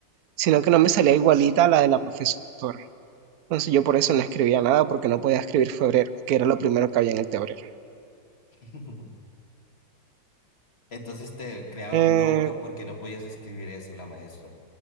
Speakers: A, on the right; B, on the left.
A: sino que no me salía igualita a la de la profesora. Entonces yo por eso no escribía nada, porque no podía escribir febrero, que era lo primero que había en el tablero.
B: <laughs> Entonces te creaban
A: Eh,
B: bronca porque no podías escribir eso, la maestra.